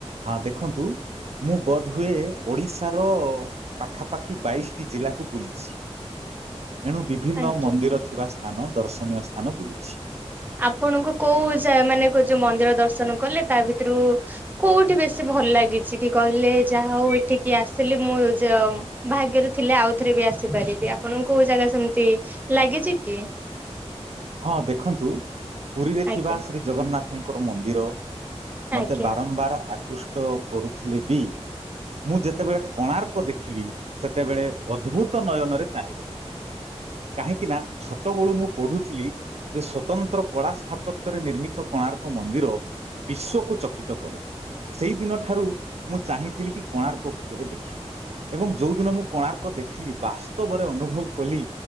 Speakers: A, on the right (about 70°); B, on the right (about 15°).
A: ହଁ ଦେଖନ୍ତୁ ମୁଁ ବୋଧହୁଏ ଓଡ଼ିଶାର ପାଖାପାଖି ବାଇଶଟି ଜିଲ୍ଲାକୁ ବୁଲିଚି। ଏଣୁ ବିଭିନ୍ନ
B: ଆଜ୍ଞା
A: ମନ୍ଦିର ଥିବା ସ୍ଥାନ ଦର୍ଶନୀୟ ସ୍ଥାନ ବୁଲିଛି।
B: ଆପଣଙ୍କୁ କୋଉ ଜା ମାନେ କ ଯୋଉ ମନ୍ଦିର ଦର୍ଶନ କଲେ ତା ଭିତରୁ କୋଉଠି ବେଶୀ ଭଲ ଲାଗିଛି କି କହିଲେ ଯାହା ହୋଉ ଏଠିକି ଆସିଲି ମୁଁ ଯ ଭାଗ୍ୟରେ ଥିଲେ ଆଉଥରେ ବି ଆସିପାରିବି ଆପଣଙ୍କୁ କୋଉ ଜାଗା ସେମିତି ଲାଗିଚି କି?
A: ହଁ ଦେଖନ୍ତୁ ପୁରୀରେ
B: ଆଜ୍ଞା
A: ଥିବା ଶ୍ରୀ ଜଗନ୍ନାଥଙ୍କର ମନ୍ଦିର
B: ଆଜ୍ଞା
A: ମତେ ବାରମ୍ବାର ଆକୃଷ୍ଟ କରୁଥିଲେ ବି ମୁଁ ଯେତେବେଳେ କୋଣାର୍କ ଦେଖିଲି ସେତେବେଳେ ଅଦ୍ଭୁତ ନୟନରେ ଚାହିଁ ରହିଲି। କାହିଁକିନା ଛୋଟ ବେଳୁ ମୁଁ ପଢୁଥିଲି ଯେ ସ୍ଵତନ୍ତ୍ର କଳା ସ୍ଥାପତ୍ୟରେ ନିର୍ମିତ କୋଣାର୍କ ମନ୍ଦିର ବିଶ୍ଵକୁ ଚକିତ କରେ। ସେଇ ଦିନଠାରୁ ମୁଁ ଚାହିଁଥିଲି କି କୋଣାର୍କକୁ କେବେ ଦେଖିବି। ଏବଂ ଯୋଉ ଦିନ ମୁଁ କୋଣାର୍କ ଦେଖିଲି ବାସ୍ତବରେ ଅନୁଭବ କଲି